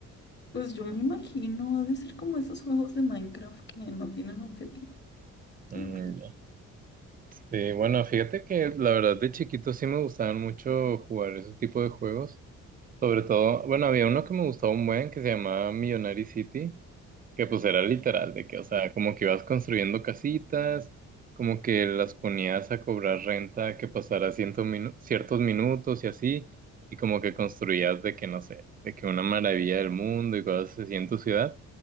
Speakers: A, on the left; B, on the right.
A: Pues yo me imagino, ha de ser como esos juegos de Minecraft que no tienen objetivo.
B: Mm,
A: Yo creo.
B: ya. Sí, bueno, fíjate que la verdad de chiquito sí me gustaban mucho jugar ese tipo de juegos. Sobre todo, bueno, había uno que me gustaba un buen que se llamaba Millionary City, que pues era literal, de que, o sea, como que ibas construyendo casitas, como que las ponías a cobrar renta que pasara ciento minu- ciertos minutos y así, y como que construías de que, no sé, de que una maravilla del mundo y cosas así en tu ciudad,